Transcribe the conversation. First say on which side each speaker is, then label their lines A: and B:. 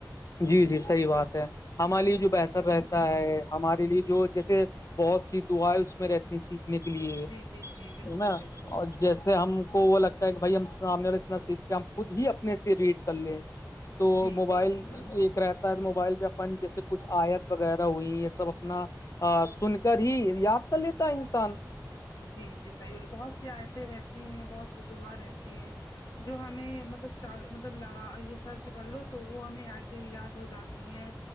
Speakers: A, on the left; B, on the left.
A: جی جی صحیح بات ہے ہمارے لیے جو بہتر رہتا ہے ہمارے لیے
B: جی
A: جو جیسے بہت سی دعائیں اس میں رہتی ہیں سیکھنے کے لیے
B: جی جی جی جی بالکل
A: نا
B: بالکل
A: اور جیسے ہم کو وہ لگتا ہے بھائی ہم سامنے والا اتنا سیکھ کے ہم خود ہی اپنے سے ریڈ کر لیں تو
B: جی
A: موبائل
B: جی بالکل
A: ایک رہتا ہے موبائل پہ اپن جیسے کچھ آیت وغیرہ ہوئی یہ سب اپنا ا سن کر ہی یاد کر لیتا ہے انسان
B: جی جی صحیح بولے بہت سی آیتیں رہتی ہیں بہت سی دعا رہتی ہیں جو ہمیں مطلب چال مطلب لگا یہ سرچ کر لو تو وہ ہمیں آیتیں یاد ہو جاتی ہیں